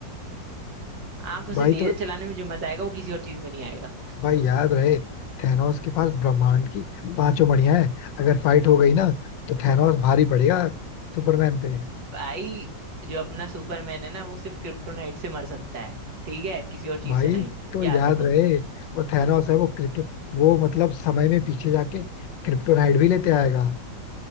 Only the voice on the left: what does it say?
भाई
तो
भाई याद रहे थैनोस के पास ब्रह्मांड की पांचों मणियां हैं अगर फाइट हो गई ना तो थैनोस भारी पड़ेगा सुपरमैन पे
भाई
तो
याद
रहे वो थैनोस है वो क्रिप्टो वो मतलब समय में पीछे जाके क्रिप्टोनाइट भी लेते आएगा